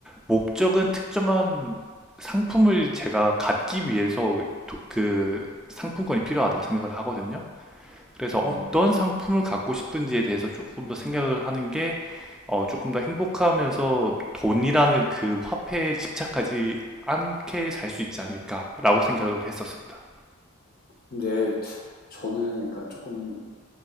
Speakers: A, in the centre; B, on the left (about 45°).
A: 목적은 특정한 상품을 제가 갖기 위해서 도- 그 상품권이 필요하다고 생각을 하거든요. 그래서
B: 음,
A: 어떤 상품을 갖고 싶은지에 대해서 조금 더 생각을 하는 게 어, 조금 더 행복하면서 돈이라는 그 화폐에 집착하지 않게 살 수 있지 않을까라고 생각을 했었습니다.
B: 근데 저는 그러니까 조금